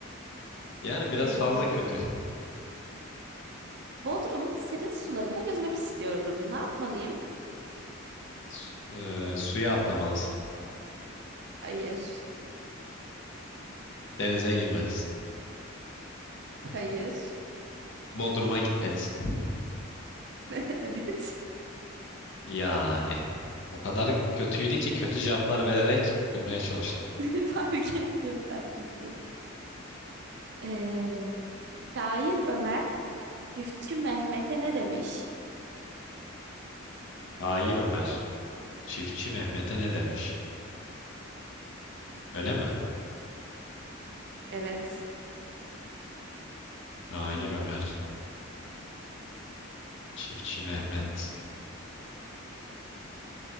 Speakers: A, on the left; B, on the right.
A: Yani biraz
B: Ee,
A: fazla kötü.
B: Bodrum'un serin sularında yüzmek istiyorum. Ne yapmalıyım?
A: Su- eee, suya atlamalısın.
B: Hayır,
A: Denize girmelisin.
B: hayır.
A: Bodrum'a gitmelisin.
B: <laughs> Evet,
A: Yani o kadar kötüydü ki kötü cevaplar vererek bulmaya çalıştım.
B: <laughs> fark ettim, fark ettim. Ee, şair Ömer, Üfçü Mehmet'e ne demiş?
A: Hayır Ömer. Çiftçi Mehmet'e ne demiş? Öyle mi?
B: Evet.
A: Hayır Ömer. Çiftçi Mehmet.